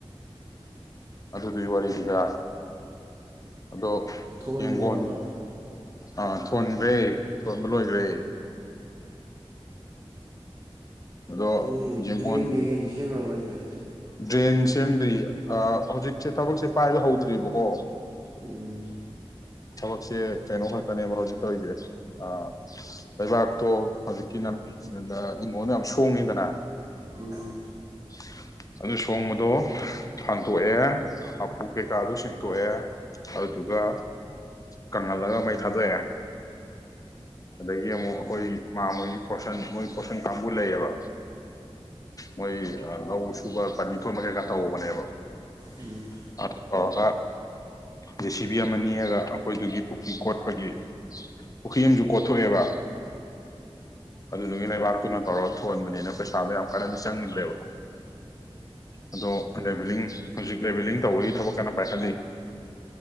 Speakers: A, on the left (about 35°); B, on the right (about 35°).
A: ꯑꯗꯨꯗꯨꯏ ꯋꯥꯔꯤꯅꯤꯗ꯫ ꯑꯗꯣ
B: ꯊꯣꯛꯍꯟꯈ꯭ꯔꯦ
A: ꯌꯦꯡꯒꯣꯟ
B: ꯍꯥꯏꯕ
A: ꯑ ꯊꯣꯟꯈ꯭ꯔꯦ ꯊꯣꯟꯕ ꯂꯣꯏꯈ꯭ꯔꯦ ꯑꯗꯣ
B: ꯑꯗꯩ
A: ꯌꯦꯡꯒꯣꯟ
B: ꯗ꯭ꯔꯦꯟ ꯀꯩꯀꯩꯗꯤ ꯁꯦꯝꯈ꯭ꯔꯕ ꯍꯥꯏꯁꯦ
A: ꯗ꯭ꯔꯦꯟ ꯁꯦꯝꯗ꯭ꯔꯤꯌꯦ ꯑ ꯍꯧꯖꯤꯛꯁꯦ ꯊꯕꯛꯁꯦ ꯄꯥꯏꯕ ꯍꯧꯗ꯭ꯔꯤꯕꯀꯣ꯫
B: ꯎꯝ
A: ꯊꯕꯛꯁꯦ ꯀꯩꯅꯣ ꯈꯛꯇꯅꯦꯕ ꯍꯧꯖꯤꯛ ꯇꯧꯔꯤꯁꯦ ꯑ ꯂꯩꯕꯥꯛꯇꯣ ꯍꯧꯖꯤꯛꯀꯤꯅ ꯁꯤꯗ ꯏꯟꯉꯣꯟꯗ ꯌꯥꯝ ꯁꯣꯡꯉꯤꯗꯅ
B: ꯎꯝ
A: <inaudible> ꯑꯗꯨ ꯁꯣꯡꯕꯗꯣ ꯐꯥꯟꯗꯣꯛꯑꯦ ꯍꯥꯄꯨ ꯀꯩꯀꯥꯗꯣ ꯁꯦꯡꯇꯣꯛꯑꯦ ꯑꯗꯨꯒ ꯀꯪꯍꯜꯂꯒ ꯃꯩ ꯊꯥꯗꯣꯛꯑꯦ꯫ ꯑꯗꯩꯒꯤ ꯑꯃꯨꯛ ꯑꯩꯈꯣꯏ ꯃꯥ ꯃꯣꯏꯒꯤ ꯐꯣꯔꯁꯟ ꯃꯣꯏ ꯐꯣꯁꯟ ꯀꯥꯡꯕꯨ ꯂꯩꯌꯦꯕ ꯍꯣꯏꯑꯦ ꯑ ꯂꯧ ꯁꯨꯕ ꯄꯥꯂꯤ ꯊꯣꯟꯕ ꯀꯩꯀꯥ ꯇꯧꯕꯅꯦꯕ
B: ꯎꯝ
A: ꯑꯗꯨ ꯇꯧꯔꯒ ꯖꯦ ꯁꯤ ꯕꯤ ꯑꯃ ꯅꯦꯛꯑꯒ ꯑꯩꯈꯣꯏꯗꯨꯒꯤ ꯄꯨꯈ꯭ꯔꯤ ꯀꯣꯠꯄꯒꯤ ꯄꯨꯈ꯭ꯔꯤꯗꯨ ꯀꯣꯊꯣꯛꯔꯦꯕ꯫ ꯑꯗꯨꯗꯒꯤ ꯂꯩꯕꯥꯛꯇꯨꯅ ꯇꯧꯔꯒ ꯊꯣꯟꯕꯅꯤꯅ ꯄꯩꯁꯥꯗꯣ ꯌꯥꯝ ꯀꯥꯏꯟꯅꯗꯤ ꯆꯪꯗ꯭ꯔꯦꯕ ꯑꯗꯣ ꯂꯦꯕꯦꯂꯤꯡ ꯍꯧꯖꯤꯛ ꯂꯦꯕꯦꯂꯤꯡ ꯇꯧꯕꯒꯤ ꯊꯕꯛ ꯀꯟꯅ ꯄꯥꯏꯍꯜꯂꯤ